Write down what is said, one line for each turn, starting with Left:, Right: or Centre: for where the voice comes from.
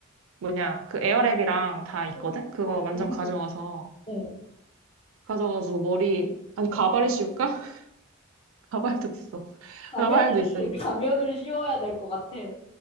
Right: 뭐냐 그 에어랩이랑 다 있거든?
Left: 어,
Right: 그거
Left: 어,
Right: 완전
Left: 너무
Right: 가져가서
Left: 좋 어.
Right: 가져가지고 머리 아니 가발에 씌울까? <laughs> 가발도 있어.
Left: 가면을,
Right: 가발도 있으니까.
Left: <laughs> 가면을 씌워야 될 것 같아.